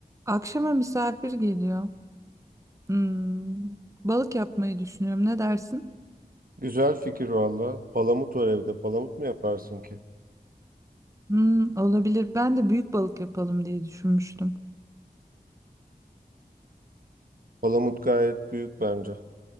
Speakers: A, on the right; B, on the right.
A: Akşama misafir geliyor. Hmm, balık yapmayı düşünüyorum. Ne dersin?
B: Güzel fikir valla. Palamut var evde. Palamut mu yaparsın ki?
A: Hmm, olabilir. Ben de büyük balık yapalım diye düşünmüştüm.
B: Palamut gayet büyük bence.